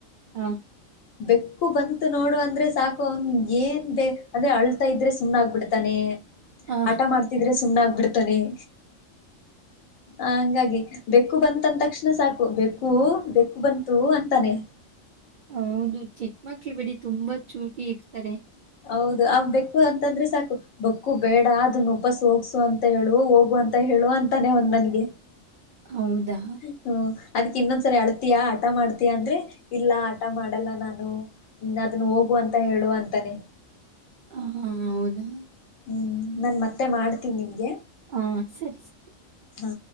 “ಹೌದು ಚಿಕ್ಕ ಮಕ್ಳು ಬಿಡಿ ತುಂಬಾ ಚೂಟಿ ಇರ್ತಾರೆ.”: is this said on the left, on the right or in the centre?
Right